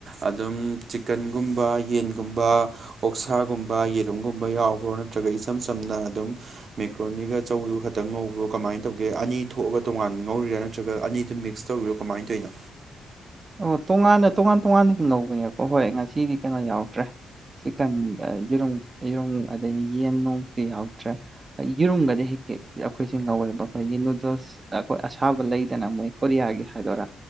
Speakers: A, on the right (about 55°); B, on the right (about 35°).
A: ꯑꯗꯨꯝ ꯆꯤꯀꯟꯒꯨꯝꯕ ꯌꯦꯟꯒꯨꯝꯕ ꯑꯣꯛꯁꯥꯒꯨꯝꯕ ꯌꯦꯔꯨꯝꯒꯨꯝ ꯌꯥꯎꯕ꯭ꯔꯣ ꯅꯠꯇ꯭ꯔꯒ ꯏꯆꯝ ꯆꯝꯅ ꯑꯗꯨꯝ ꯃꯦꯀ꯭ꯔꯣꯅꯤꯒ ꯆꯧꯗꯨꯒ ꯈꯛꯇꯪ ꯉꯧꯕ꯭ꯔꯣ ꯀꯃꯥꯏꯅ ꯇꯧꯒꯦ ꯑꯅꯤ ꯊꯣꯛꯑꯒ ꯇꯣꯉꯥꯟ ꯉꯧꯔꯤꯔꯥ ꯅꯠꯇ꯭ꯔꯒ ꯑꯅꯤꯗꯨ ꯃꯤꯛꯁ ꯇꯧꯔꯤꯔꯣ ꯀꯃꯥꯏꯅ ꯇꯧꯏꯅꯣ
B: ꯑꯣ ꯇꯣꯉꯥꯟꯅ ꯇꯣꯉꯥꯟ ꯇꯣꯉꯥꯟꯅꯗꯤ ꯉꯧꯕꯅꯦꯀꯣ ꯍꯣꯏ ꯉꯁꯤꯗꯤ ꯀꯩꯅꯣ ꯌꯥꯎꯗ꯭ꯔꯦ ꯆꯤꯛꯀꯟ ꯑ ꯌꯦꯔꯨꯝ ꯌꯦꯔꯨꯝ ꯑꯗꯒꯤ ꯌꯦꯟ ꯅꯣꯡꯗꯤ ꯌꯥꯎꯇ꯭ꯔꯦ ꯌꯦꯔꯨꯝꯒꯗꯤ ꯍꯦꯛ ꯍ ꯑꯩꯈꯣꯏꯁꯦ ꯉꯥꯎꯋꯦꯕ ꯑꯩꯈꯣꯏꯒꯤ ꯅꯨꯗꯜꯁ ꯑꯩꯈꯣꯏ ꯑꯁꯥꯕ ꯂꯩꯗꯅ ꯃꯣꯏ ꯀꯣꯔꯤꯌꯥꯒꯤ ꯍꯥꯏꯗꯣꯏꯔꯥ